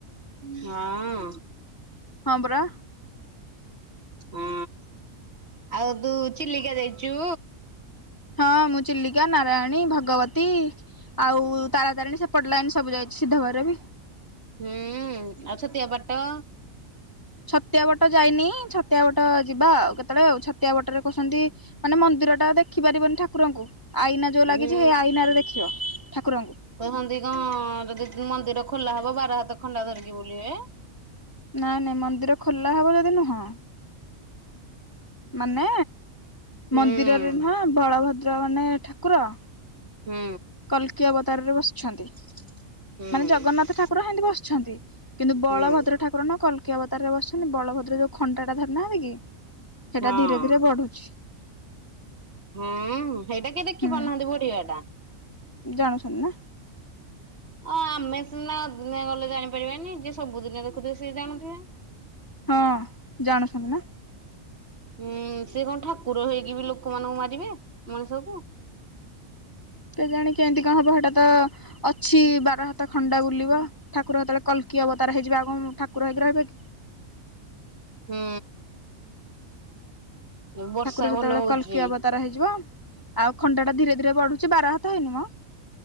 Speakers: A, on the right; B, on the left.
A: ହଁ।
B: ହଁ ପରା।
A: ହଁ ଆଉ ତୁ ଚିଲିକା ଯାଇଚୁ?
B: ହଁ ମୁଁ ଚିଲିକା ନାରାୟଣୀ ଭଗବତୀ ଆଉ ତାରାତାରିଣୀ ସେ ପଟ୍ ଲାଇନ୍ ସବୁ ଯାଇଛି ସିଦ୍ଧ ଭଇରବି।
A: ହୁଁ ଆଉ ଛତିଆ ବାଟ।
B: ଛତିଆ ବଟ ଯାଇନି ଛତିଆ ବଟ ଯିବା ଆଉ କେତେବେଳେ ଆଉ ଛତିଆ ବଟ ରେ କହୁଛନ୍ତି ମାନେ ମନ୍ଦିର ଟା ଦେଖି ପାରିବନି ଠାକୁରଙ୍କୁ ଆଇନା ଯୋଉ
A: ହୁଁ।
B: ଲାଗିଛି ହେଇ ଆଇନ ରେ ଦେଖିବ ଠାକୁରଙ୍କୁ।
A: କହୁଚନ୍ତି କଁ ଯଦି ମନ୍ଦିର ଖୋଲା ହବ ବାର ହାତ ଖଣ୍ଡା ଧରିକି ବୁଲିବେ?
B: ନାଇଁ ନାଇଁ ମନ୍ଦିର ଖୋଲା ହବ ଯଦି ନୁହଁ। ମାନେ
A: ହୁଁ
B: ମନ୍ଦିରରେ ନୁହଁ ବଳଭଦ୍ର ମାନେ ଠାକୁର
A: ହୁଁ।
B: କଲ୍କି ଅବତାରରେ ବସିଚନ୍ତି।
A: ହୁଁ
B: ମାନେ ଜଗନ୍ନାଥ ଠାକୁର ହେନ୍ତି ବସିଛନ୍ତି କିନ୍ତୁ ବଳଭଦ୍ର
A: ହୁଁ।
B: ଠାକୁର ନ କଲ୍ କି ଅବ ତାର୍ ରେ ବସ୍ଛନ୍ତି ବଳଭଦ୍ର ଯୋଉ ଖଣ୍ଟା ଟା ଧରିନାହାନ୍ତି କି ସେଟା
A: ହଁ
B: ଧୀରେ ଧୀରେ ବଢୁଚି।
A: ହୁଁ ସେଇଟା କିଏ ଦେଖି
B: ହୁଁ
A: ପାରୁନାହାନ୍ତି ବଢିବା ଟା?
B: ଜାଣୁଛନ୍ତି ନା।
A: ଅ ଆମେ ସିନା ଦିନେ ଗଲେ ଜାଣିପାରିବାନି ଯିଏ ସବୁଦିନେ ଦେଖୁଥିବେ ସେ ଜାଣଥିବେ।
B: ହଁ ଜାଣୁଛନ୍ତି ନା।
A: ହୁଁ ସେ କଁ ଠାକୁର ହେଇକି ବି ଲୋକମାନଙ୍କୁ ମାରିବେ ମଣିଷକୁ।
B: କେଜାଣିି କେମ୍ତି କଣ୍ ହେବ ସେଟା ତ ଅଛି ବାର ହାତ ଖଣ୍ଡା ବୁଲିବ ଠାକୁର ହେତବେଳେ କଲ୍କି ଅବତାର ହେଇଯିବ ଆଉ କଣ ଠାକୁର ହେଇକି ରହିବେ।
A: ହୁଁ। ବର୍ଷା
B: ଠାକୁର ସେତେବେଳେ
A: ଭଲ ହଉଛି।
B: କଲ୍କି ଅବତାର ହେଇଯିବ ଆଉ ଖଣ୍ଡା ଟା ଧୀରେ ଧୀରେ ବଢୁଚି ବାରହା ଧଇନି ମ